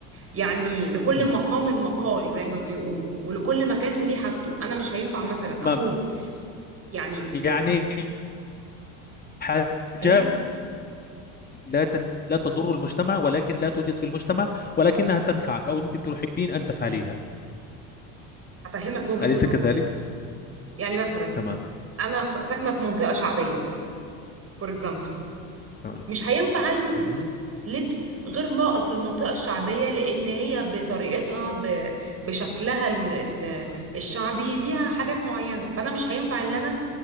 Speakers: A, on the right (about 30°); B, on the left (about 20°).
A: يعني لكل
B: م.
A: مقام مقال زي ما بيقولوا ولكل مكان وليه حاجته انا مش هينفع مثلا
B: تمام
A: اكون يعني
B: يعني حاجات
A: ايه
B: لا تن... لا تضر المجتمع ولكن لا توجد في المجتمع ولكنها تنفعك أو أنت تحبين أن تفعليها
A: افهمك وجهة
B: أليس
A: النظر
B: كذلك؟
A: يعني مثلا
B: تمام
A: انا ف- ساكنة في منطقة شعبية فور اكزامبل
B: تمام
A: مش هينفع البس
B: مهم.
A: لبس غير لائق للمنطقة الشعبية لأن هي بطريقتها ب... بشكلها ال... ال- الشعبي ليها حاجات معينة فأنا مش هينفع إن أنا